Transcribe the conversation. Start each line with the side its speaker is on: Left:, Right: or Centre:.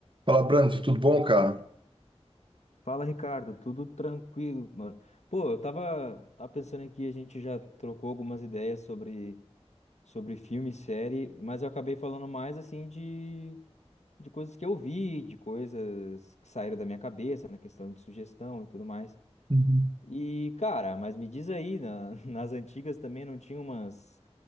Right: Fala, Brando, tudo bom, cara?
Left: Fala, Ricardo, tudo tranquilo, mano. Pô, eu tava, tava pensando aqui, a gente já trocou algumas ideias sobre, sobre filme, e série, mas eu acabei falando mais assim de, de coisas que eu vi, de coisas que saíram da minha cabeça na questão de sugestão e tudo mais.
Right: Uhum.
Left: E, cara, mas me diz aí, na- <laughs> nas antigas também não tinha umas,